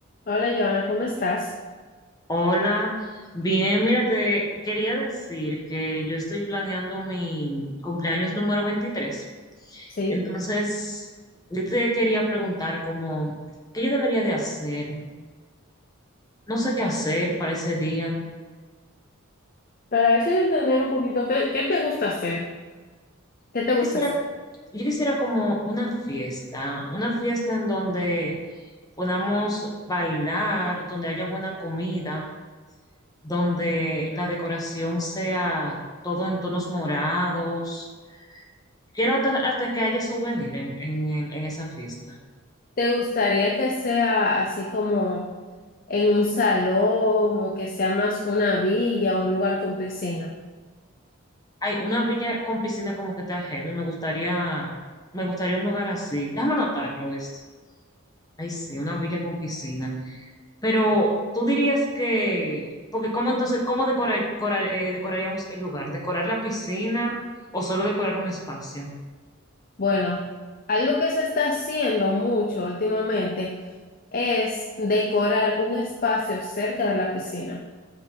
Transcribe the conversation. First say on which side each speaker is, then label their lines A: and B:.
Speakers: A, on the left; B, on the left.
A: Hola, Joana, ¿cómo estás?
B: Hola, bien, mira, te quería decir que yo estoy planeando mi cumpleaños número 23.
A: Sí,
B: Entonces, yo te quería preguntar como, ¿qué yo debería de hacer? No sé qué hacer para ese día.
A: para eso yo entender un poquito, ¿qué, qué te gusta hacer? ¿Qué te
B: Yo
A: gusta
B: quisiera,
A: hacer?
B: yo quisiera como una fiesta, una fiesta en donde podamos bailar, donde haya buena comida, donde la decoración sea todo en tonos morados Quiero hasta, hasta que haya souvenir en, en, el- en esa fiesta.
A: ¿Te gustaría que sea así como en un salón o que sea más una villa o un lugar con piscina?
B: Hay una villa con piscina como que está heavy. Me gustaría, me gustaría un lugar así. Déjame anotarlo eso. Ay, sí, una villa con piscina. Pero tú dirías que, porque cómo entonces, ¿cómo decorar, corar- eh, decoraríamos el lugar? ¿Decorar la piscina o solo decorar un espacio?
A: Bueno, algo que se está haciendo mucho últimamente es decorar un espacio cerca de la piscina.